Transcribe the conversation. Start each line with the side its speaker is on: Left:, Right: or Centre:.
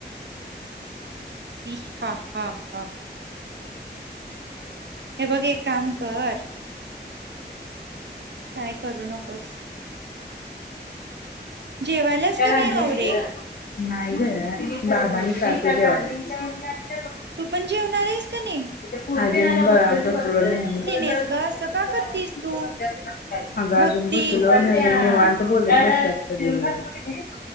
Right: ईश हा-हा! हा हे बघ एक काम कर काय करू नकोस. जेवाल्यास
Left: काल
Right: काने
Left: आणलेली
Right: हावरे?
Left: ग. नाही ग बाबाांनी सारखं <unintelligible>
Right: तू पण जेवणारेस क ने?
Left: <unintelligible> <unintelligible> अगं अजुन
Right: नाहीस ग असं
Left: बसलो
Right: का करतीस
Left: नाही
Right: तू
Left: निवांत आत्ता
Right: भक्ती
Left: बोलत बसल्यात सगळीजन <unintelligible>